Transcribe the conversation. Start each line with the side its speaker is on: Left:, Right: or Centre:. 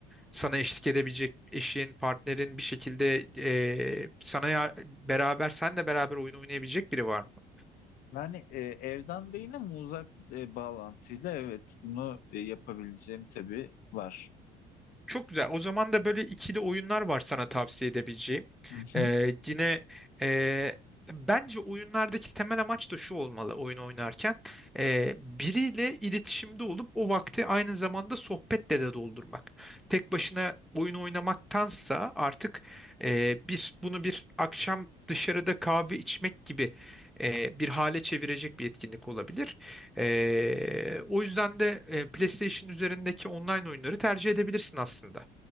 Centre: sana eşlik edebilecek eşin, partnerin bir şekilde e, sana ya- beraber, senle beraber oyun oynayabilecek biri var mı?
Left: Yani e, evden değil ama uzak e, bağlantıyla evet bunu e, yapabileceğim tabii var.
Centre: Çok güzel. O zaman da böyle ikili oyunlar var sana tavsiye edebileceğim.
Left: Hı
Centre: Ee,
Left: hı.
Centre: yine e, bence oyunlardaki temel amaç da şu olmalı oyun oynarken. Ee, biriyle iletişimde olup o vakti aynı zamanda sohbetle de doldurmak. Tek başına oyun oynamaktansa artık e, bir bunu bir akşam dışarıda kahve içmek gibi e, bir hale çevirecek bir etkinlik olabilir. Ee, o yüzden de e, PlayStation üzerindeki online oyunları tercih edebilirsin aslında.